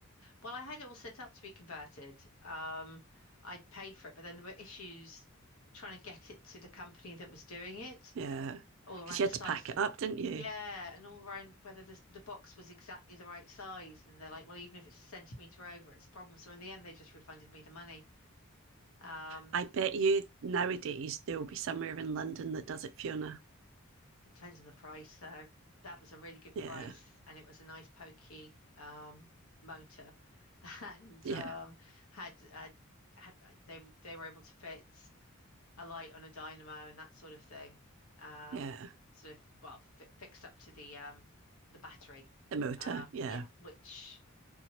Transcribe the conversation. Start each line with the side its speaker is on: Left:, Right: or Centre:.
Left: Well, I had it all set up to be converted. Um, I'd paid for it, but then there were issues trying to get it to the company that was doing it,
Right: Yeah.
Left: all around
Right: Because you
Left: the
Right: had
Left: size
Right: to pack
Left: of,
Right: it up, didn't you?
Left: yeah, and all around whether the the box was exactly the right size. And they're like, well, even if it's a centimeter over, it's a problem. So in the end, they just refunded me the money. Um,
Right: I bet you nowadays there will be somewhere in London that does it, Fiona.
Left: it depends on the price, though. That was a really good
Right: Yeah,
Left: price, and it was a nice pokey um, motor, <laughs> and
Right: yeah,
Left: um, had, had had they they were able to fit. a light on a dynamo and that sort of thing. Um,
Right: yeah.
Left: sort of well fi fixed up to the um the battery.
Right: The motor,
Left: Um,
Right: yeah.
Left: yeah, which